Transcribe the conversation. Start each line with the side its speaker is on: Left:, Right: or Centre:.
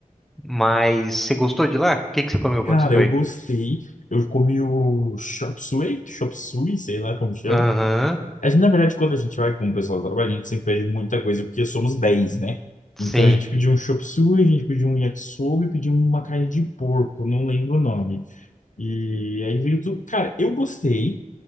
Centre: Mas você gostou de lá? O que que você comeu quando
Left: Cara,
Centre: você foi?
Left: eu gostei. Eu comi o chop suey, chop suey, sei lá como chama.
Centre: Aham.
Left: A gente, na verdade, quando a gente vai com o pessoal do trabalho, a gente sempre pede muita coisa, porque somos dez né?
Centre: Sim,
Left: Então a gente pediu um chop suey, a gente pediu um yakisoba e pediu uma carne de porco, não lembro o nome. E aí veio tudo. Cara, eu gostei,